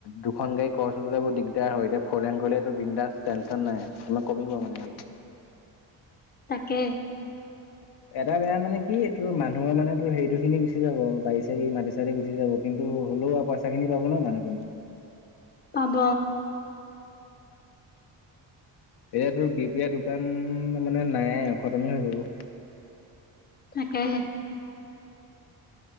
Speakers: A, on the left (about 60°); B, on the left (about 20°).
A: দুখন গাড়ী ক্ৰচ হ'বলৈ বহু দিগদাৰ হয় এতিয়া ফৌৰলেন গলেতো বৃন্দাস টেনশ্যন নাই, আমাৰ কমিব মানে সেইটো
B: তাকে
A: এটা বেয়া মানে কি এইটো মানুহৰ মানে তোৰ সেইটো খিনি গুচি যাব বাৰী চাৰি মাটি চাটি গুচি যাব। কিন্তু হ'লেও আৰু পইচাখিনি পাব ন মানুহখিনি।
B: পাব
A: এতিয়াতোৰ বিপিয়া দোকান মানে নাইয়ে খটমে হৈ যাব।
B: তাকেহে।